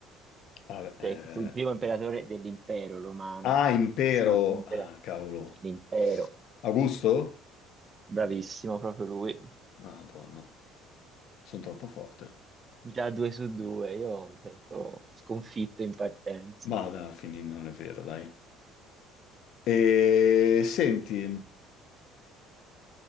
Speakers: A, on the left; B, on the right.
A: Vabbè,
B: Cioè,
A: eh,
B: chi fu il primo imperatore dell'impero romano?
A: Ah,
B: Perché
A: impero...
B: se no il primo imperatore
A: Ah, cavolo.
B: dell'impero.
A: Augusto?
B: Bravissimo, proprio lui.
A: Ah, buono. Sono troppo forte.
B: Già due su due, io mi sento sconfitto in partenza.
A: Ma dai, fini, non è vero, dai. E senti,